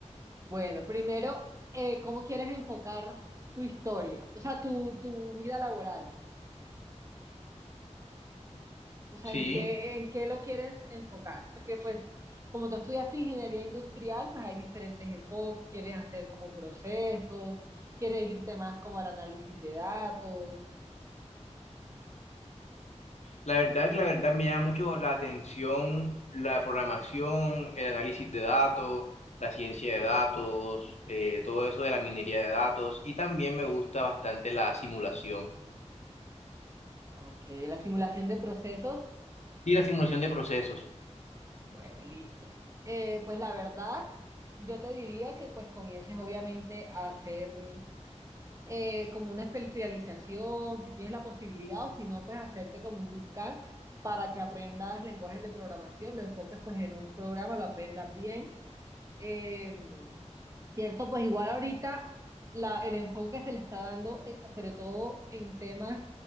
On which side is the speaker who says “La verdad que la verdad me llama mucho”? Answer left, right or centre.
Left